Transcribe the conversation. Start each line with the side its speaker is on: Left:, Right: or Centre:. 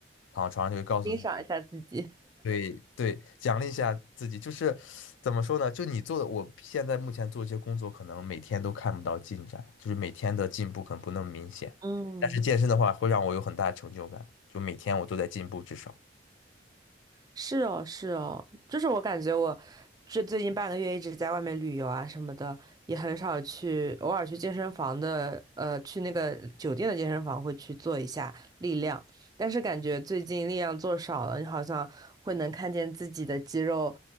Left: 躺到床上就会告诉自己，
Right: 欣赏一下自己。
Left: 对对，奖励一下自己。就是怎么说呢？就你做的，我现在目前做这些工作，可能每天都看不到进展，就是每天的进步可能不那么明显。
Right: <laughs> 嗯。
Left: 但是健身的话，会让我有很大的成就感，就每天我都在进步，至少
Right: 是哦，是哦，就是我感觉我这最近半个月一直在外面旅游啊什么的，也很少去，偶尔去健身房的，呃，去那个酒店的健身房会去做一下力量，但是感觉最近力量做少了，你好像会能看见自己的肌肉